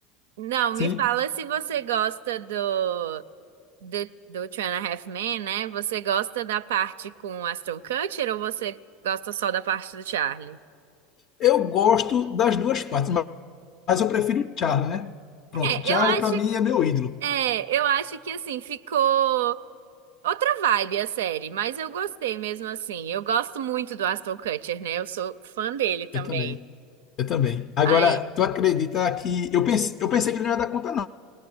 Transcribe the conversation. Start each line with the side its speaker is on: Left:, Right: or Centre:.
Right: não,
Left: sim.
Right: me fala se você gosta do do, do Two and a Half Men, né? Você gosta da parte com o Aston Kutcher ou você gosta só da parte do Charlie?
Left: Eu gosto das duas partes, ma- mas eu prefiro o Charlie, né? Pronto,
Right: É,
Left: o Charlie
Right: eu acho,
Left: para mim é meu ídolo.
Right: é, eu acho que assim ficou outra vibe a série, mas eu gostei mesmo assim. Eu gosto muito do Aston Kutcher, né? Eu sou fã dele também.
Left: Eu também. Eu também. Agora,
Right: Aí,
Left: tu acredita que eu pensei, eu pensei que ele não ia dar conta não,